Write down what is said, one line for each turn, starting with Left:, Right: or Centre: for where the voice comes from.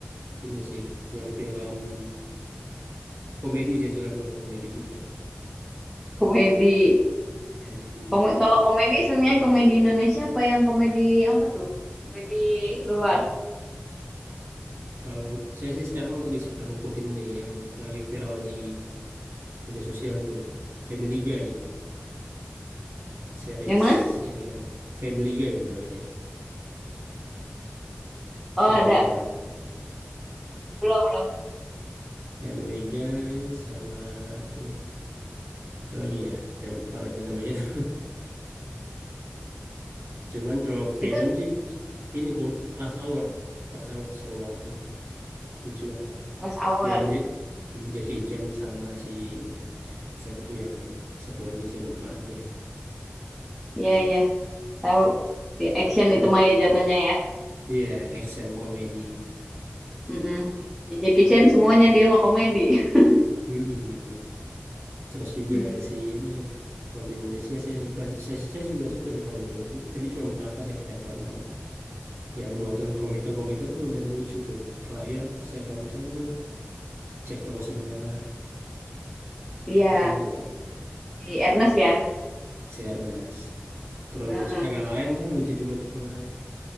Right: ini sih film-film komedi saya suka film komedi juga.
Centre: Komedi.
Right: Komedi
Centre: Kom-
Right: ya.
Centre: kalau komedi sebenarnya komedi Indonesia apa yang komedi apa tuh? Komedi luar.
Right: Kalau saya sih sekarang lagi suka ngikutin ini yang lagi viral di media sosial tuh. Family Guy itu. Series
Centre: Yang mana?
Right: ini kan. Family Guy namanya.
Centre: Oh,
Right: Pernah
Centre: ada.
Right: nonton? Ya.
Centre: Belum, belum.
Right: Family Guy sama ini apa lagi ya? Saya lupa lagi namanya tuh. <laughs> Cuman kalau film
Centre: Itu
Right: sih ini Kung- Rush Hour. Rush Hour seru banget itu. Lucu banget.
Centre: Rush Hour.
Right: Yang Ja- Jackie Chan sama si ini. Siapa tuh yang satu lagi saya lupa <laughs> namanya.
Centre: Iya, iya. Tahu. Ya, action
Right: Hmm.
Centre: itu Maya jatuhnya ya.
Right: Iya, action komedi.
Centre: Mm-mm. Ya, Jackie Chan semuanya dia mah komedi. <laughs>
Right: Mm-mm, betul. Terus juga
Centre: Hmm.
Right: si ini kalau di Indonesia saya suka saya, saya juga suka sih kalau di Indonesia tapi cuma beberapa sih yang saya tonton. yang buatan komika-komika tuh lumayan lucu tuh. Terakhir saya tonton tuh cek toko sebelah itu
Centre: Iya,
Right: saya juga tonton
Centre: di Ernest ya.
Right: si Ernest. Terus
Centre: Heeh.
Right: agak lain kan lucu juga tuh kemarin